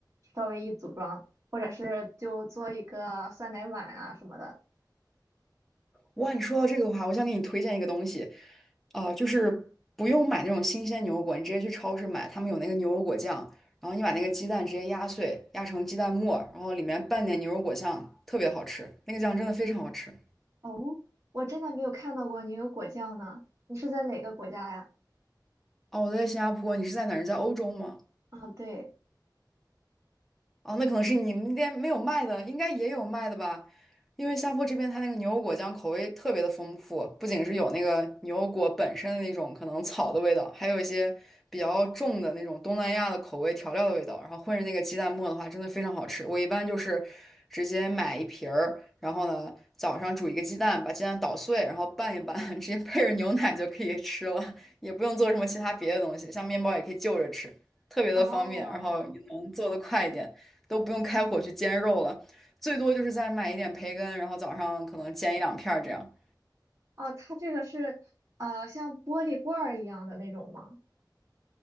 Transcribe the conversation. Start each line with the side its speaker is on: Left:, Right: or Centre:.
Right: 稍微一组装，或者是就做一个酸奶碗啊什么的。
Centre: 哇，你说到这个的话，我想给你推荐一个东西，啊，就是不用买那种新鲜牛油果，你直接去超市买，他们有那个牛油果酱，然后你把那个鸡蛋直接压碎，压成鸡蛋沫，然后里面拌点牛油果酱，特别好吃，那个酱真的非常好吃。
Right: 哦，我真的没有看到过牛油果酱呢。你是在哪个国家呀？
Centre: 哦，我在新加坡，你是在哪儿？你在欧洲吗？
Right: 啊，对，
Centre: 哦，那可能是你们店没有卖的，应该也有卖的吧？因为下坡这边它那个牛油果酱口味特别的丰富，不仅是有那个牛油果本身的那种可能草的味道，还有一些比较重的那种东南亚的口味调料的味道，然后混着那个鸡蛋沫的话，真的非常好吃。我一般就是直接买一瓶儿，然后呢早上煮一个鸡蛋，把鸡蛋捣碎，然后拌一拌，<laughs> 直接配着牛奶就可以吃了，也不用做什么其他别的东西，像面包也可以就着吃，特别的方便，
Right: 哦，
Centre: 然后也能做得快一点。都不用开火去煎肉了，最多就是再买一点培根，然后早上可能煎一两片儿这样。
Right: 哦，它这个是呃像玻璃罐儿一样的那种吗？